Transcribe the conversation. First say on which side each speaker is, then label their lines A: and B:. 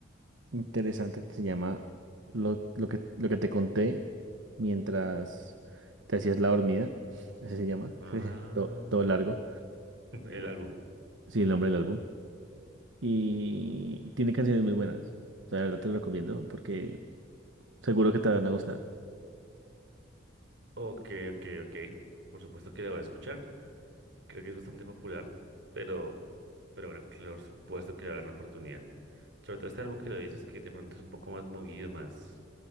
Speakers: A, on the right; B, on the right.
A: interesante que se llama lo, lo que, lo que te conté mientras te hacías la dormida. <laughs> Así se llama.
B: Ah.
A: <laughs> Todo, todo largo.
B: <laughs> El álbum.
A: Sí, el nombre del álbum. Y tiene canciones muy buenas. O sea, de verdad te lo recomiendo porque seguro que te van a gustar.
B: Ok, ok, ok. Por supuesto que lo voy a escuchar. Creo que es bastante popular, pero, pero bueno, claro, por supuesto que le va a dar una oportunidad. Sobre todo este álbum que lo dices que de pronto es un poco más movido, más,